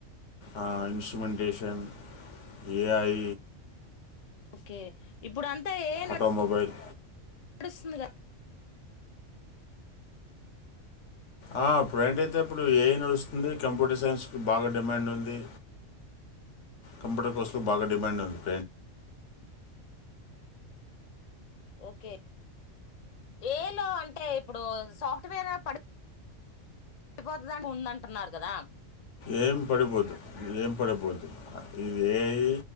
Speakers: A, on the left (about 70°); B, on the left (about 40°).
A: ఆ ఇన్స్ట్రుమెంటేషన్ ఏఐ
B: ఓకే ఇప్పుడు అంతా ఏఐ న.
A: ఆటోమొబైల్
B: డుస్తుంది గాద.
A: ఆ అప్పుడు ఏంటైతే అప్పుడు ఏఐ నడుస్తుంది‌. కంప్యూటర్ సైన్స్ కి బాగా డిమాండ్ ఉంది. కంప్యూటర్ కోర్స్ బాగా డిమాండ్ ఉంది.
B: ఓకే ఏఐలో అంటే ఇప్పుడు సాఫ్ట్వేర్ పడి. పడిపోతదాని ఉందంటున్నారు కదా.
A: ఏం పడిపోదు ఏం పడిపోదు ఇది ఏఐ.